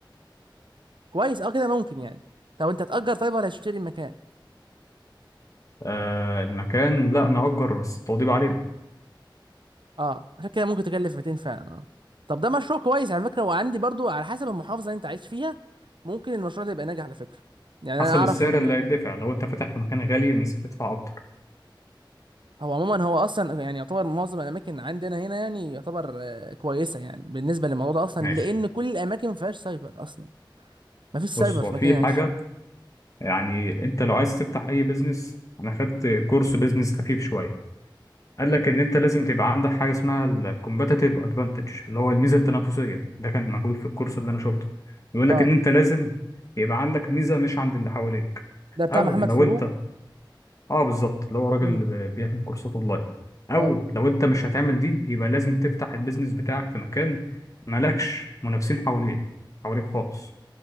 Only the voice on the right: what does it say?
كويس اه كده ممكن يعني طب انت هتأجر طيب ولا هتشتري المكان
اه عشان كده ممكن تكلف 200 فعلا اه طب ده مشروع كويس على فكره وعندي برضو على حسب المحافظه اللي انت عايش فيها ممكن المشروع ده يبقى ناجح على فكره يعني انا
اعرف
ان
هو عموما هو اصلا يعني يعتبر معظم الاماكن عندنا هنا يعني يعتبر آه، كويسه يعني بالنسبه للموضوع ده اصلا
لان كل الاماكن ما فيهاش سايبر اصلا ما فيش سايبر
في
المكان اللي أنا عايش
فيه
امم
اه
ده بتاع
محمد
فاروق
امم
اه